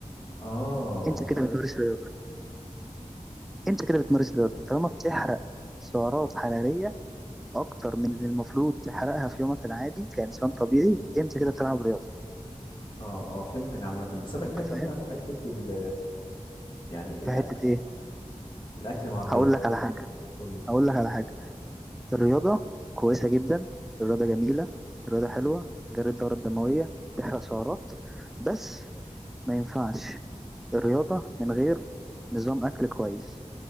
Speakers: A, on the left; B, in the centre.
A: اه
B: انت كده بتمارس خلاص رياضه انت كده بتمارس رياضه طالما بتحرق سعرات حراريه اكتر من اللي المفروض تحرقها في يومك العادي كانسان طبيعي انت كده بتلعب رياضه
A: اه اه فهمتك عامة بس انا بتكلم
B: انت فاهم
A: بقى في حتة ال يعني
B: في
A: الاكل
B: حته ايه
A: الاكل مع الرياضة
B: هقول لك على حاجه
A: قول لي
B: هقول لك على حاجه الرياضه كويسه جدا الرياضه جميله الرياضه حلوه جري الدوره الدمويه تحرق سعرات بس ما ينفعش الرياضه من غير نظام اكل كويس